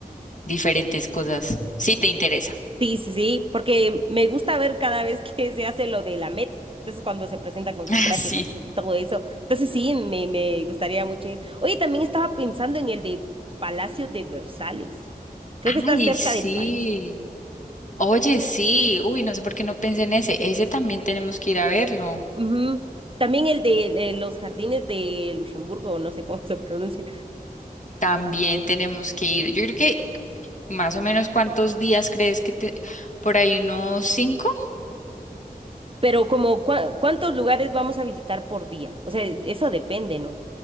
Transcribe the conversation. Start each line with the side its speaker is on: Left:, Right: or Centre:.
Left: diferentes cosas, si te interesa. <laughs>
Right: Sí, sí, sí, porque me gusta ver cada vez que se hace lo de la Met, entonces cuando se presenta con sus
Left: Ah,
Right: trajes
Left: sí.
Right: así y todo eso, entonces sí, me, me gustaría mucho ir. Oye, también estaba pensando en el de Palacio de Versalles, creo
Left: Ay,
Right: que está cerca
Left: sí.
Right: de París.
Left: Oye, sí. Uy, no sé por qué no pensé en ese. Ese también tenemos que ir a verlo.
Right: Ujú. También el de eh, los jardines de Luxemburgo, o no sé cómo <laughs> se pronuncia,
Left: También tenemos que ir. Yo creo que más o menos cuántos días crees que te... Por ahí unos cinco.
Right: pero como cua- cuántos lugares vamos a visitar por día, o sea, eso depende, ¿no?